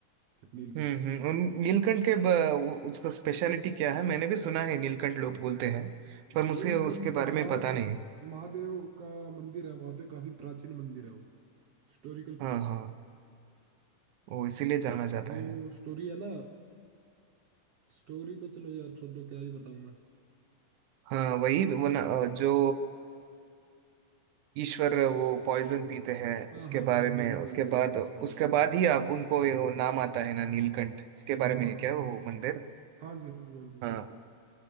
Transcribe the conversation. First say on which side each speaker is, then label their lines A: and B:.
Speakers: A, on the right; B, on the right.
A: तक नीलकंठ
B: हम्म हम्म उन नीलकंठ के ब, उ- उसका स्पेशलिटी क्या है मैंने भी सुना है नीलकंठ लोग बोलते हैं पर मुझे
A: नीलकंठ
B: उसके बारे
A: महाराज
B: में पता नहीं
A: महादेव का मंदिर है वहां पे काफी प्राचीन मंदिर है वो हिस्टोरिकल
B: हाँ
A: प्लेस
B: हाँ वो इसीलिए जाना जाता
A: वो
B: है
A: स्टोरी है ना स्टोरी तो चलो यार छोड़ो क्या ही बताऊं मैं।
B: हाँ वही वो ना, अ, जो ईश्वर वो पॉइजन पीते हैं
A: हाँ
B: उसके
A: हाँ हाँ
B: बारे में
A: वही
B: उसके
A: वही वही
B: बाद
A: वही
B: उसके
A: वाली वही वाली
B: बाद ही आप उनको ये वो नाम आता है ना नीलकंठ इसके बारे
A: हाँ
B: में है
A: हाँ
B: क्या वो मंदिर
A: हाँ जी हाँ जी हाँ जी
B: हाँ
A: बिल्कुल